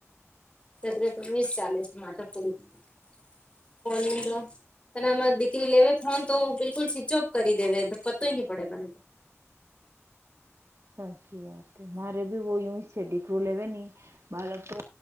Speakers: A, on the left; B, on the right.
A: તત્ર તો મિસ ચાલે છે માટ કો ત આમાં દીકરી લેવી <unintelligible> હુતો બિલકુલ સ્વીચ ઓપ કરી દેવે પતોય નહી પડે મને તોય
B: સાચી વાત મારે બી વ યું સેડીક લેવે નહી <inaudible> બાળક તો